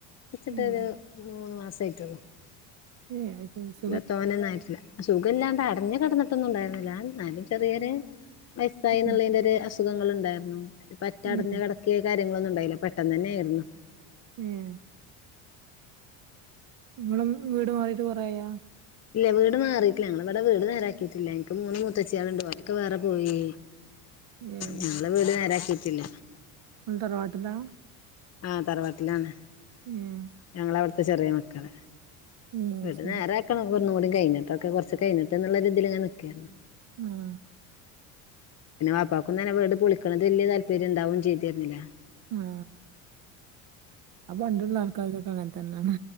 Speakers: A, on the left (about 40°); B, on the right (about 50°).
A: മരിച്ചിട്ടരു
B: ഏഹ്
A: മൂന്ന് മാസആയിറ്റ്ള്ളു
B: ഏഹ് ഹിൻസ്
A: ഇല്ല തോനന്നായിട്ടില്ല സുഖം ഇല്ലാണ്ട് അടഞ്ഞു കിടന്നിട്ടൊന്നുണ്ടാരുന്നില്ല എന്നാലും ചെറിയൊരു വയസ്സായി
B: ഏഹ്
A: എന്നുള്ളതിന്റെ ഒര് അസ് അസുഖങ്ങൾ ഉണ്ടായിരുന്നു പറ്റടഞ്ഞു
B: ഏഹ്
A: കിടക്ക കാര്യങ്ങളൊന്നും ഉണ്ടായില്ല പെട്ടെന്ന് തന്നെ ആയിരുന്നു
B: ഉം നിങ്ങള് വീട് മാറിട്ട് കുറയായോ
A: ഇല്ല വീട് മാറിയിട്ടില്ല ഞങ്ങള് ഇവിടെ വീട് നേരാക്കിയിട്ടില്ല എനിക്ക് മൂന്ന് മുത്തച്ചിയളുണ്ട് ഓലൊക്കെ വേറെ പോയി
B: ഏഹ്
A: ഞങ്ങളെ വീട് നേരാക്കിട്ടില്ല
B: തറവാട്ടിലാ
A: ആഹ് തറവാട്ടിലാണ്
B: ഏഹ്
A: ഞങ്ങള അവിടുത്തെ ചെറിയ മക്കള്
B: ഏഹ് അയ്ശെരി
A: വിട് നേരെ ആക്കണം ഉന്ന് കൂടി കഴിഞ്ഞട്ടൊക്കെ കൊറച്ച് കയിഞ്ഞിട്ട് എന്നുള്ള രീതിയിൽ ഇങ്ങനെ നിക്കേന്നു
B: ആഹ്
A: പിന്നെ വാപ്പാക്കൊന്നും വീട് പൊളിക്കുന്നത് വലിയ താല്പര്യം ഉണ്ടാവു ചെയ്തിരുന്നില്ല
B: ആഹ് ആഹ് പണ്ടുള്ള ആൾക്കാർക്കൊക്കെ അങ്ങനെ തന്നെയാണ്